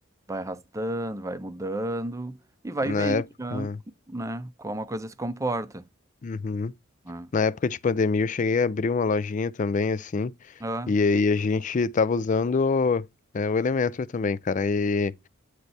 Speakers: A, on the right; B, on the left.
A: vai arrastando, vai mudando e vai
B: na
A: vendo
B: época.
A: já, né, como a coisa se comporta.
B: Uhum.
A: né?
B: Na época de pandemia, eu cheguei a abrir uma lojinha também, assim,
A: É,
B: e aí a gente tava usando é, o Elementor também, cara. E